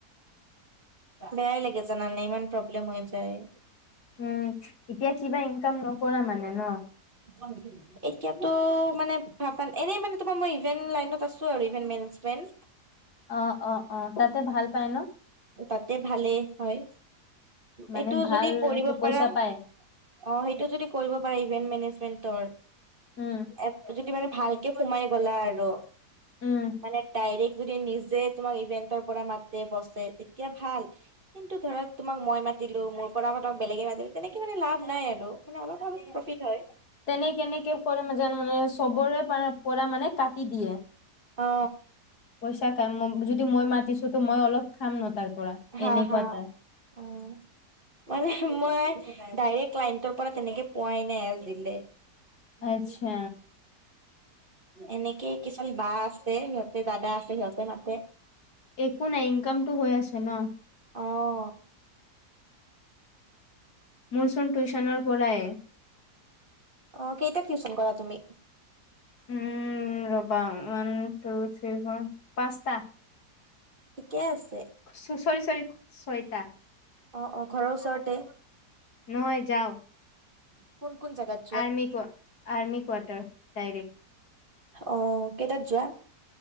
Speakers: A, on the right; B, on the left.
A: বেয়াই লাগে জানানে ইমান প্ৰব্লেম হৈ যায়।
B: উম, এতিয়া কিবা ইনকাম নকৰা মানে ন।
A: অ <unintelligible> এতিয়াতো মানে ভাবান এনেই মানে তোমাৰ মই ইভেন্ট লাইনত আছো, আৰু ইভেন্ট মেনেজমেন্ট।
B: অ, অ, অ, তাতে ভাল পায় ন?
A: তাতে ভালেই হয়।
B: মানে
A: এইটো
B: ভাল
A: যদি কৰিব
B: এইটো পইচা
A: পাৰা
B: পায়।
A: অ, সেইটো যদি কৰিব পাৰে, ইভেন্ট মেনেজমেন্টৰ
B: উম
A: এ যদি মানে ভালকে সোমাই গ'লা আৰু
B: উম
A: মানে ডাইৰেক্ট, যদি নিজে তোমাক ইভেন্টৰ পৰা মাতে বছে। তেতিয়া ভাল কিন্তু ধ তোমাক মই মাতিলো মোৰ পৰা মাতক বেলেগে মাতিলো তেনেকে মানে লাভ নাই আৰু। মানে অলপ, অলপ প্ৰফিট হয়।
B: সি কেনেক কৰিম যেন মানে চবৰে পাৰাত পৰা মানে কাটি দিয়ে,
A: অ
B: পইচা কাম <unintelligible> যদি মই মাতিছো তো মই অলপ খাম ন তাৰ পৰা।
A: হা,
B: এনেকুৱা
A: হা,
B: তাৰ।
A: উম। মানে মই ডাইৰেক্ট ক্লাইণ্টৰ পৰা তেনেকে পোৱাই নাই আজিলে। <unintelligible>
B: আচ্ছা
A: এনেকে কিছুমান বা আছে সিহঁতে দাদা আছে সিহঁতে মাতে।
B: একো নাই ইনকামটো হৈ আছে ন।
A: অ',
B: মোৰচোন টিউশনৰ পৰাই
A: অ, কেইটাক টিউচন কৰা তুমি?
B: উম, ৰবা। ওৱান, টু, ট্ৰী, ফৰ পাঁচটা।
A: ঠিকে আছে।
B: ছৰি, ছৰি, ছয়তা।
A: অ, অ, ঘৰৰ ওচৰতে।
B: নহয় যাও।
A: কোন, কোন জাগাত?
B: আৰ্মি ক আৰ্মি কোৱাৰটাৰ ডাইৰেক্ট।
A: অ, কেইটাত যোৱা?